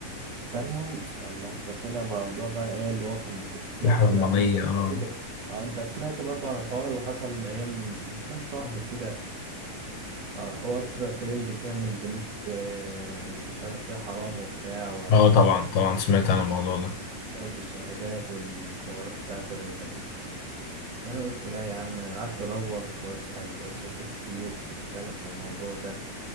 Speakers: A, on the right; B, on the left.
A: فالمهم الله ده طلع موضوع بقى ايه اللي هو كان كنت سمعت
B: في حرمانيه
A: طلع موضوع
B: اه
A: ده كده اه انت سمعت برضه عن الحوار اللي حصل ايام من كام شهر كده آه، حوار طلع ترند كده ان البنوك آه، اللي بيشتغل فيها حرام وبتاع وعشان
B: اه طبعا
A: بسبب
B: طبعا سمعت
A: الش-
B: عن الموضوع ده
A: بسبب الشهادات والحوارات بتاعة الربا دي فانا قلت لا يا عم قعدت ادور واسال واشوف شيوخ بتتكلم في الموضوع ده